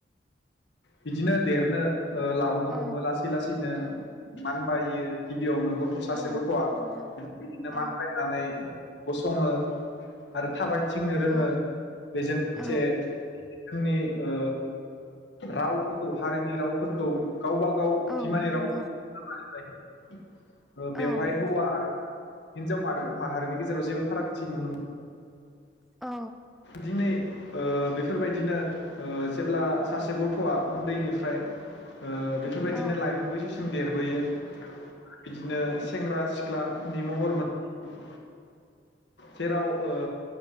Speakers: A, on the left; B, in the centre.
A: बिदिनो देरनो ओ लावनो
B: औ
A: हमो लासै लासैनो मानबायो गिबियावनो गथ' सासे
B: औ
A: गथ'आ
B: नंगौ
A: बि बिदिनो
B: औ
A: मान बायनानै गसङो आरो थाबायथिंनो रोङो
B: औ
A: बेजों लोगोसे
B: औ
A: जोंनि ओ रावफोरखौ हारिनि रावफोरखौ गावबा गाव
B: औ
A: बिमानि
B: नंगौ
A: रावफोर
B: औ
A: बेवहाय
B: नंगौ
A: हौवा आरो हिनजाव मा माहारिनि गेजेराव जेबो फारागथि नुनो
B: औ
A: दिनै ओ बेफोरबायदिनो ओ जेब्ला सासे गथ'आ उन्दैनिफ्राय ओ बेफोरबायदिनो
B: औ
A: लाइमोनबैसोसि सिम देरबोयो बिदिनो सेंग्रा सि ख्लानि महर मोन जेराव ओ